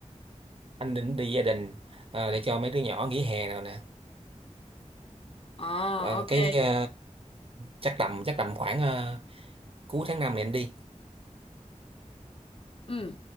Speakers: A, on the right; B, on the left.
A: Anh định đi gia đình ờ, để cho mấy đứa nhỏ nghỉ hè nào nè.
B: à
A: Ờ,
B: ok.
A: cái ờ, chắc tầm chắc tầm khoảng ờ, cuối tháng 5 này anh đi.
B: Ừ.